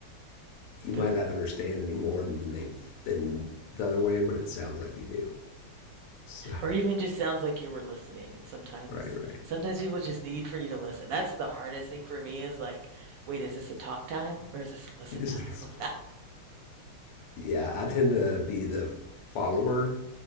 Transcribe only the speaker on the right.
The,
or even just sounds like you were listening. And sometimes,
sometimes people just need for you to listen. That's the hardest thing for me is like, wait, is this a talk time or is this a listen
time?